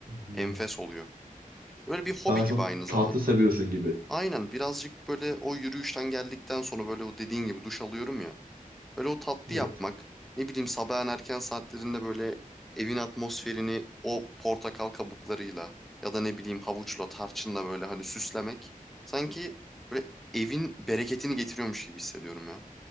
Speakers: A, on the right (about 85°); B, in the centre.
A: Hmm.
B: Enfes oluyor. Böyle bir hobi
A: Daha
B: gibi
A: çok
B: aynı zamanda.
A: tatlı seviyorsun gibi.
B: Aynen birazcık böyle o yürüyüşten geldikten sonra böyle o dediğin gibi duş alıyorum ya. Böyle o tatlı
A: Evet.
B: yapmak. Ne bileyim sabahın erken saatlerinde böyle evin atmosferini o portakal kabuklarıyla ya da ne bileyim havuçla, tarçınla böyle hani süslemek. Sanki böyle evin bereketini getiriyormuş gibi hissediyorum ya.